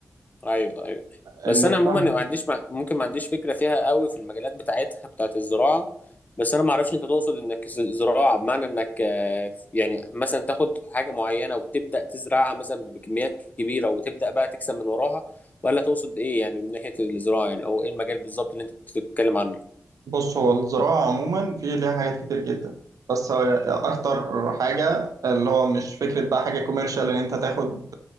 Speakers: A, on the left; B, on the right.
A: ايوه ايوه بس
B: إن
A: انا
B: ف-
A: عموما ما عنديش مع... ممكن ما عنديش فكره فيها قوي في المجالات بتاعتها بتاعت الزراعه بس انا ما اعرفش انت تقصد انك ز- زراعه بمعنى انك آه، يعني مثلا تاخد حاجه معينه وتبدا تزرعها مثلا بكميات كبيره وتبدا بقى تكسب من وراها ولا تقصد ايه يعني من ناحيه الزراعه يعني او ايه المجال بالظبط اللي انت بتتكلم عنه
B: بص هو الزراعة عموما في ليها حاجات كتير جدا بس هو أكتر حاجة اللي هو مش فكرة بقى حاجة كوميرشال إن أنت تاخد